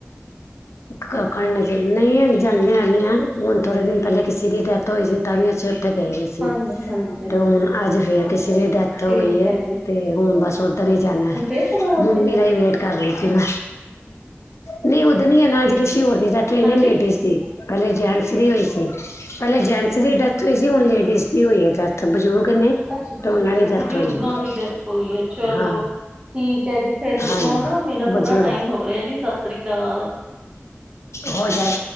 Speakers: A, on the right (about 20°); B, on the left (about 75°).
A: <inaudible>
B: ਕਾਖਣ ਤੇ ਨਹੀਂ ਅਸੀਂ ਜਾਨੇ ਹੈਗੇ ਆ, ਹੁਣ ਥੋੜੇ ਦਿਨ ਪਹਿਲੇ ਕਿਸੇ ਦੀ ਡੈੱਥ ਹੋਈ ਸੀ ਤਾਂ ਵੀ ਅਸੀਂ ਓਥੇ ਗਏ ਸੀ।
A: ਹਾਂਜੀ-ਹਾਂਜੀ,
B: ਤੇ ਹੁਣ ਅੱਜ ਫੇਰ ਕਿਸੇ ਦੀ ਡੈਥ
A: ਠੀਕ
B: ਹੋ ਗਈ ਐ
A: ਹੈ ਜੀ
B: ਤੇ ਹੁਣ ਬਸ ਉਧਰ ਹੀ ਜਾਣਾ,
A: ਹੁਣ ਫੇਰ ਦੁਬਾਰਾ ਉੱਥੇ
B: ਮੰਮੀ
A: ਜਾਣਾ
B: ਦਾ ਹੀ ਵੇਟ ਕਰ ਰਹੀ ਸੀ ਨਾ, ਨਹੀਂ ਉੱਦਨ ਹੀ ਨਾ ਅੱਜ ਕਿਸੇ ਹੋਰ ਡੈੱਥ ਹੋਈ
A: ਹਾਂਜੀ।
B: ਨਾ ਲੇਡੀਜ਼ ਦੀ। ਪਹਿਲੇ ਜੇਨਸ ਦੀ ਹੋਈ ਸੀ। ਪਹਿਲੇ ਜੈਂਟਸ ਦੀ ਡੈਥ ਹੋਈ ਸੀ ਹੁਣ ਲੇਡੀਜ਼ ਦੀ ਹੋਈ ਐ ਡੈਥ ਬਜ਼ੁਰਗ ਨੇ
A: ਅੱਛਾ-ਅੱਛਾ-ਅੱਛਾ
B: ਤੇ ਉਹਨਾਂ ਦੀ ਡੈਥ
A: ਬਜ਼ੁਰਗਾਂ
B: ਹੋਈ ਹੈ
A: ਦੀ ਡੈਥ ਹੋਈ ਐ ਚਲੋ।
B: ਹਾਂ
A: ਠੀਕ ਐ ਜੀ ਫੇਰ
B: ਹਾਂਜੀ
A: ਨਾ ਮੇਰਾ ਥੋੜਾ
B: ਬਜ਼ੁਰਗ
A: ਟਾਈਮ ਹੋ ਰਿਹਾ ਜੀ ਸਤਿ ਸ੍ਰੀ ਅਕਾਲ।
B: ਹੋ ਜਾਏ,